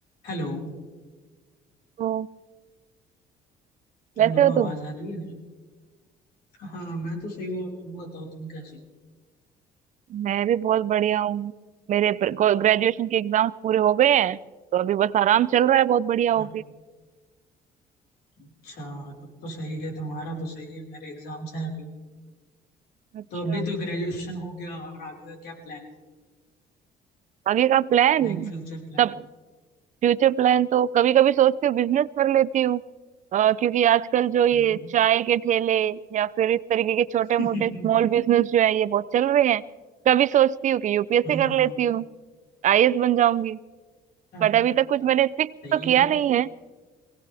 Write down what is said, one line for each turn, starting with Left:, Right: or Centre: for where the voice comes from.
Left: Hello
Right: तो वैसे
Left: Hello
Right: हो
Left: आवाज
Right: तुम
Left: आ रही है हेलो हाँ मैं तो सही हूँ तुम बताओ तुम कैसे
Right: मैं भी बहुत बढ़िया हूँ मेरे ग्रेजुएशन के एग्जाम्स पूरे हो गए हैं तो अभी बस आराम चल रहा है बहुत बढ़िया हो
Left: हो
Right: गया
Left: अच्छा तब तो सही है तुम्हारा तो सही है मेरे एग्जाम्स हैं अभी
Right: अच्छा
Left: तो अभी तो ग्रेजुएशन हो गया और आगे का क्या प्लान है
Right: आगे का प्लान
Left: Like future plan
Right: तब फ्यूचर प्लान तो कभी कभी सोचती हूँ बिजनेस कर लेती हूँ अ, क्योंकि आजकल जो ये
Left: हम्म
Right: चाय के ठेले या फिर इस तरीके के छोटे
Left: <laughs>
Right: मोटे स्मॉल बिजनेस जो है ये बहुत चल रहे हैं कभी सोचती हूँ कि यूपीएससी
Left: हाँ
Right: कर लेती हूँ आईएएस बन जाऊंगी
Left: हाँ,
Right: बट अभी तक कुछ मैंने फिक्स
Left: सही
Right: तो किया
Left: है
Right: नहीं है